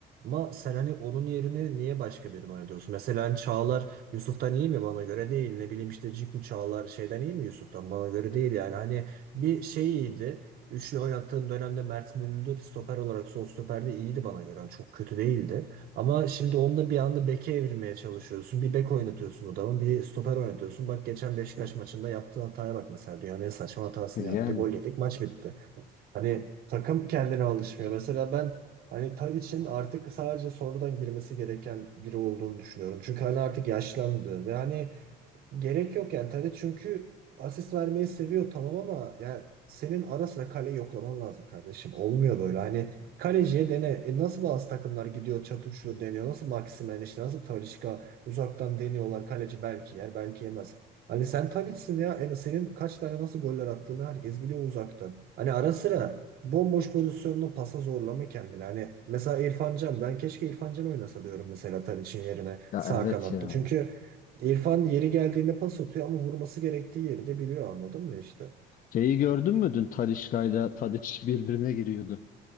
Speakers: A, on the right; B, on the left.
A: Ama sen hani onun yerine niye başka birini oynatıyorsun? Mesela hani Çağlar Yusuf'tan iyi mi? Bana göre değil. Ne bileyim işte Ciku Çağlar şeyden iyi mi Yusuf'tan? Bana göre değil yani. Hani bir şey iyiydi. Üçlü oynattığın dönemde Mert Müldür stoper olarak sol stoperde iyiydi bana göre. Yani çok kötü değildi. Ama şimdi onu da bir anda beke evirmeye çalışıyorsun. Bir bek oynatıyorsun adamı, bir stoper oynatıyorsun. Bak geçen Beşiktaş maçında yaptığı hataya bak mesela. Dünyanın en saçma hatasını
B: Yani.
A: yaptı. Gol yedik, maç bitti. Hani takım kendine alışmıyor. Mesela ben hani Tadic'in artık sadece sonradan girmesi gereken biri olduğunu düşünüyorum. Çünkü hani artık yaşlandı ve hani gerek yok yani. Tadic çünkü asist vermeyi seviyor tamam ama yani senin ara sıra kaleyi yoklaman lazım kardeşim. Olmuyor böyle. Hani kaleciye dene. E nasıl bazı takımlar gidiyor çatır çutur deniyor. Nasıl Maximen işte nasıl Talisca uzaktan deniyorlar. Kaleci belki yer belki yemez. Hani sen Talis'sin ya. en senin kaç tane nasıl goller attığını herkes biliyor uzaktan. Hani ara sıra bomboş pozisyonunu pasa zorlama kendini. Hani mesela İrfan Can ben keşke İrfan Can oynasa diyorum mesela Tadiç'in yerine
B: Ya
A: sağ
B: evet
A: kanatta.
B: ya.
A: Çünkü İrfan yeri geldiğinde pas atıyor ama vurması gerektiği yeri de biliyor anladın mı işte.
B: Şeyi gördün mü dün Talisca'yla Tadiç birbirine giriyordu.